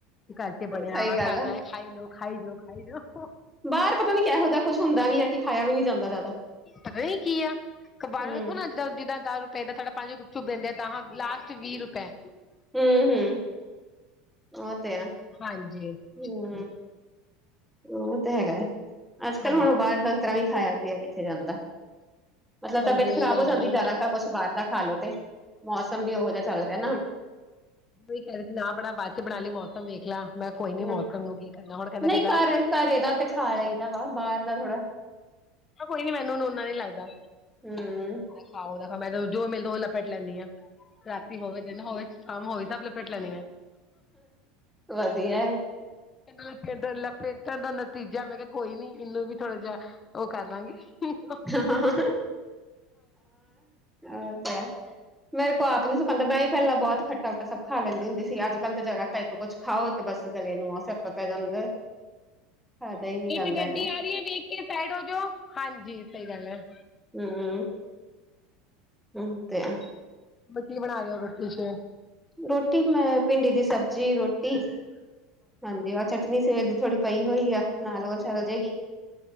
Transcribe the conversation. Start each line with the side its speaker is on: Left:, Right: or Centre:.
Left: ਘਰ 'ਚ ਬਣਿਆ
Centre: ਸਹੀ
Left: ਆ
Centre: ਗੱਲ
Left: ਘਰ ਦਾ ਖਾਈ ਜਾਉ ਖਾਈ ਜਾਉ ਖਾਈ ਜਾਉ।
Centre: ਬਾਰ ਪਤਾ ਵੀ ਕਿਹੋ ਜਿਹਾ ਕੁਛ ਹੁੰਦਾ ਵੀ ਹੈ। ਕਿ ਖਾਇਆ ਵੀ ਨੀ ਜਾਂਦਾ ਜ਼ਿਆਦਾ
Left: ਪਤਾ ਹੀ ਕੀ ਅਕਬਾਰ
Centre: ਹੂੰ,
Left: ਵੇਖੋ ਨਾ ਅੱਜ ਜਿੱਦਾਂ ਦਸ ਰੁਪਏ ਤੁਡਾ ਪੰਜ ਗੁੱਪ ਚੂ ਦਿੰਦੇ ਆ ਦਾਂ ਲਾਸਟ ਵੀਹ ਰੁਪਏ।
Centre: ਹੂੰ ਹੂੰ ਓ ਤੇ ਐ।
Left: ਹਾਂਜੀ
Centre: ਹੋਰ
Left: ਤੇ
Centre: ਓ ਤੇ ਹੈਗਾ ਅੱਜ ਕੱਲ੍ਹ
Left: ਹਾਂਜੀ
Centre: ਹੁਣ ਬਾਰ ਦ ਤਰ੍ਹਾਂ ਨਈ ਖਾਇਆ। ਰਿਆ ਕਿੱਥੇ ਜਾਂਦਾ ਮਤਲਬ
Left: ਉਹੀ
Centre: ਤਬੀਅਤ ਖ਼ਰਾਬ
Left: ਗੱਲ
Centre: ਹੋ
Left: ਹੈ
Centre: ਜਾਂਦੀ
Left: ਨਾ
Centre: ਜਾਦਾ ਕ ਕੁੱਛ ਬਾਰ ਦਾ ਖਾ ਲੋੋ ਤੇ ਮੌਸਮ ਵੀ ਉਹੋ ਜਿਹਾ ਚੱਲ ਰਿਆ ਨਾ ਹੁਣ
Left: ਈ ਕਹਿ ਸੀ ਨਾ ਬਣਾ ਬਾਦ 'ਚ ਬਣਾ ਲਈ ਮੌਸਮ ਵੇਖ ਲਾ। ਮੈਂ ਕੋਈ ਨੀ ਮੌਸਮ
Centre: ਹੂੰ
Left: ਨੂੰ ਕੀ ਕਰਨਾ ਹੁਣ ਕੈਂਦਾ
Centre: ਨਹੀਂ
Left: ਗਲਾ
Centre: ਘਰ ਘਰੇ ਦਾ ਤੇ ਖਾ ਲਈਦਾ ਵਾ ਬਾਹਰ ਦਾ ਥੋੜਾ
Left: ਹਾਂ ਕੋਈ ਨੀ ਮੈਨੂੰ ਨੂਨਾ ਨੀ ਲੱਗਦਾ।
Centre: ਹੂੰ
Left: ਖਾ ਉਹਦਾ ਮੈਂ ਜੋ ਮਿਲਦਾ ਉਹ ਲਪੇਟ ਲੈਂਣੀ ਆਂ ਰਾਤੀ ਹੋਵੇ ਦਿਨ ਹੋਵੇ ਸ਼ਾਮ ਹੋਵੇ। ਡਬਲ ਪੇਟ ਲੈਨੀ ਐ।
Centre: ਵਧੀਆ ਐ।
Left: ਇਹ ਲਪੇਟਾਂ ਦਾ ਨਤੀਜਾ ਮੈਂ ਕਿਆ ਕੋਈ ਨੀ ਇਹਨੂੰ ਵੀ ਥੋੜਾ ਜਿਹਾ ਓ ਕਰ ਲਾਂਗੇ। ਨਹੀਂ
Centre: ਹਾਂ ਹੋਰ ਕਿਆ। ਮੇਰੇ ਕੋ ਆਪ ਨੀ ਸੁਕਾਂਦਾ ਮੈਂ ਪੈਲਾ ਬੋਤ ਖੱਟਾ ਖੱਟਾ ਸਭ ਖਾ ਲੈਂਦੀ ਹੁੰਦੀ ਸੀ ਅੱਜੱਕਲ ਤਾਂ ਜਰਾ ਟੈਪ ਕੁਛ ਖਾਓ ਤੇ ਬੱਸ ਗਲੇ ਨੂੰ ਆ ਸਿਆਪਾ ਪੈ ਜਾਂਦਾ। ਖਾਦਾ ਹੀ ਨੀ
Left: ਇਹ
Centre: ਜਾਂਦਾ
Left: ਤੇ ਗੱਡੀ
Centre: ਇਕਦਮ
Left: ਆ ਰਈ ਐ ਵੇਖ ਕੇ ਸਾਈਡ ਹੋ ਜਾਓ ਹਾਂਜੀ ਸਈ ਗੱਲ ਹੈ।
Centre: ਹੂੰ ਓ ਤੇ ਹੈ।
Left: ਬਟੀ ਬਣਾ ਰਏਓ ਰੋਟੀ ਸੇ
Centre: ਰੋਟੀ ਮੈਂ ਭਿੰਡੀ ਦੀ ਸਬਜ਼ੀ ਰੋਟੀ ਹਾਂਜੀ ਔਰ ਚਟਨੀ ਸਵੇਰ ਦੀ ਥੋੜ੍ਹੀ ਪਈ ਹੋਈ ਆ ਨਾਲ ਓ ਚੱਲ ਜਾਏਗੀ